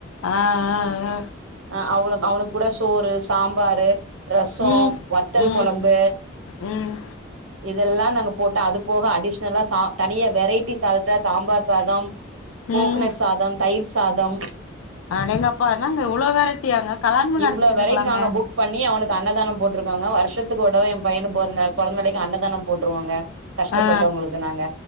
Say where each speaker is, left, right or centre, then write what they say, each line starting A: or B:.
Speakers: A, on the left; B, on the right.
A: ஆ ஆ வோ
B: அ அவனு அவனுக்கு கூட சோறு சாம்பாரு ரசோ
A: ம்
B: வத்தல்
A: ம்
B: கொழம்பு
A: ம்
B: இதெல்லா நாங்க போட்டோ அது போக அடிஷ்னலா சா தனியா வெரைட்டிஸ் சாதத்த சாம்பார் சாதம் கோகனட்
A: ம்
B: சாதம் தயிர் சாதம்
A: அடேங்கப்பா என்னாங்க இவ்ளோ வெரட்டியாங்க கல்லாணமே
B: இவ்ளோ
A: நடத்திட்டு இருந்துக்கலாமே
B: வெரைட்டி நாங்க புக் பண்ணி அவனுக்கு அன்னதானம் போட்டிருக்கோங்க வருஷத்துக்கு ஒரு தடவ ஏ பையனு பொறந்தநாளு பொறந்த நாளைக்கு அன்னதானம் போட்டுருவோங்க கஷ்டப்பட்டவங்களுக்கு
A: ஆ
B: நாங்க